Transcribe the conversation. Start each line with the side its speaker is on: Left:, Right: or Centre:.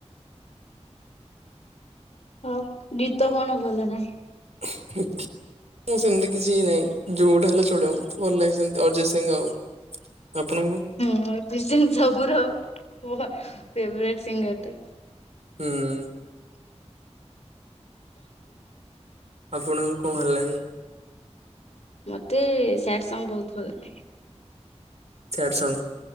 Left: ଆଉ ଗୀତ କଣ ଭଲ ନାଗେ?
Right: <unintelligible> ମୁଁ ସେମିତି କିଛି ନାଇଁ ଯୋଉଟା ହେଲେ ଚଳିବ ମତେ ଭଲ ଲାଗେ ସେମିତି ଅଯୟ ସିଂ ଆଉ। ଆପଣଙ୍କୁ
Left: <inaudible> ସବୁୁର ଫେବରେଟ ସିଙ୍ଗର ଟା।
Right: ହୁଁ। ଆପଣଙ୍କୁ କଁ ଭଲ ଲାଗେ?
Left: ମତେ ସ୍ୟାଡ୍ ସଙ୍ଗ୍ ବହୁତ ଭଲ ଲାଗେ।
Right: ସ୍ୟାଡ୍ ସଙ୍ଗ୍